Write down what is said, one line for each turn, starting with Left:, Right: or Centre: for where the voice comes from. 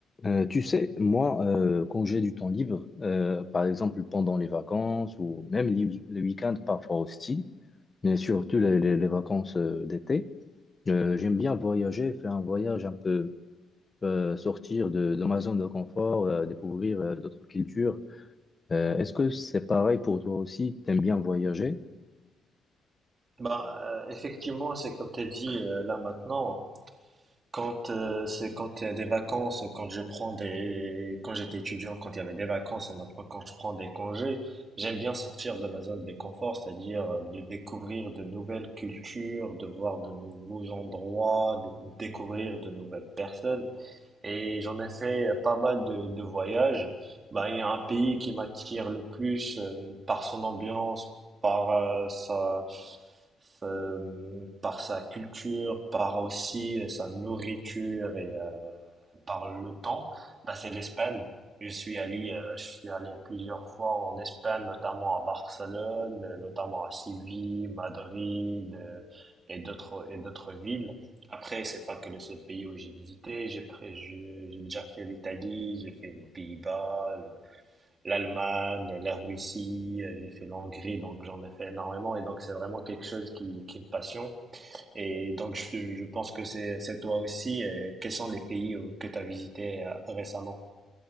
Left: Euh, tu sais, moi, euh, quand j'ai du temps libre, euh, par exemple pendant les vacances ou même les, week- les week-ends parfois aussi, mais surtout les, les- les vacances euh, d'été, euh, j'aime bien voyager, faire un voyage un peu, euh, sortir de, de ma zone de confort, euh, découvrir euh, d'autres cultures. Euh, est-ce que c'est pareil pour toi aussi? T'aimes bien voyager?
Right: Bah, euh, effectivement, c'est comme tu as dit euh, là maintenant. Quand euh, c'est quand il y a des vacances, quand je prends des, quand j'étais étudiant, quand il y avait des vacances, ou maintenant quand je prends des congés, j'aime bien sortir de ma zone de confort, c'est-à-dire euh, de découvrir de nouvelles cultures, de voir de nouveaux endroits, de découvrir de nouvelles personnes. Et j'en ai fait euh, pas mal de, de voyages. Bah, il y a un pays qui m'attire le plus euh, par son ambiance, par euh, sa euh, par sa culture, par aussi sa nourriture et euh, par le temps, bah, c'est l'Espagne. Je suis allé, euh, je suis allé plusieurs fois en Espagne, notamment à Barcelone, euh, notamment à Séville, Madrid euh, et d'autres et d'autres villes. Après, c'est pas que le seul pays où j'ai visité. J'ai pré- je- j'ai déjà fait l'Italie, j'ai fait les Pays-Bas, l'Allemagne, la Russie, euh, j'ai fait l'Hongrie, donc j'en ai fait énormément et donc c'est vraiment quelque chose qui, qui me passionne. Et donc je, je pense que c'est c'est toi aussi. euh, Quels sont les pays euh, que tu as visités euh, récemment?